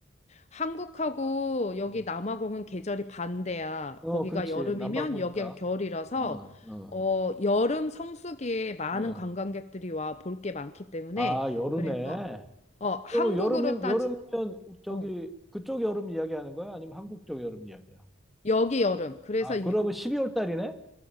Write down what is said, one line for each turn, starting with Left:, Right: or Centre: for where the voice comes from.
Left: 한국하고 여기
Centre: 음.
Left: 남아공은 계절이 반대야.
Centre: 어,
Left: 거기가
Centre: 그렇지.
Left: 여름이면
Centre: 남반구니까.
Left: 여기가 겨울이라서
Centre: 어, 어,
Left: 어, 여름 성수기에 많은
Centre: 어.
Left: 관광객들이 와 볼 게 많기 때문에
Centre: 아, 여름에.
Left: 그래서 어, 한국으로
Centre: 그러면 여름이,
Left: 따지
Centre: 여름이면 저기,
Left: 어,
Centre: 그쪽 여름 이야기하는 거야? 아니면 한국 쪽 여름 이야기야?
Left: 여기 여름. 그래서
Centre: 아,
Left: 이-
Centre: 그러면 12월 달이네?